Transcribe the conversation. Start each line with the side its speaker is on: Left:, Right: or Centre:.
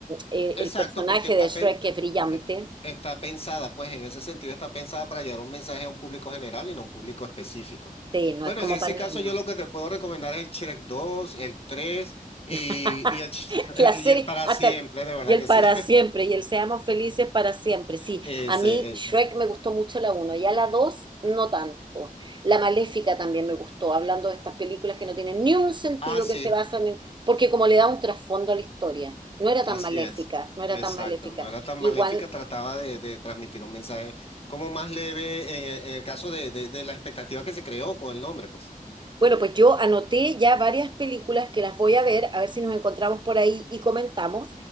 Right: eh,
Left: Exacto,
Right: el personaje
Left: porque está,
Right: de Shrek
Left: pen-
Right: que es brillante.
Left: eh, está pensada, pues en ese sentido está pensada para llevar un mensaje a un público general y no a un público específico.
Right: Sí, no
Left: Bueno,
Right: es como
Left: en ese
Right: para niños.
Left: caso yo lo que te puedo recomendar es el Shrek 2, el 3 y,
Right: <laughs>
Left: y, el,
Right: <laughs>
Left: Sh-
Right: la serie,
Left: <laughs> y el para
Right: hasta
Left: siempre,
Right: el-
Left: de verdad
Right: y el
Left: que
Right: para
Left: sí. <laughs>
Right: siempre, y el seamos felices para siempre. Sí,
Left: Ese,
Right: a mí
Left: ese.
Right: Shrek me gustó mucho la 1, ya la 2 no tanto. La Maléfica también me gustó, hablando de estas películas que no tienen ni un sentido
Left: Ah, sí,
Right: que se basan en, porque como le da un trasfondo a la historia, no era tan
Left: así
Right: maléfica,
Left: es.
Right: no era
Left: Exacto,
Right: tan maléfica.
Left: no era tan
Right: Igual
Left: maléfica, trataba de, de transmitir un mensaje como más leve en, el en el caso de, de de la expectativa que se creó con el nombre, pues.
Right: Bueno, pues yo anoté ya varias películas que las voy a ver, a ver si nos encontramos por ahí y comentamos.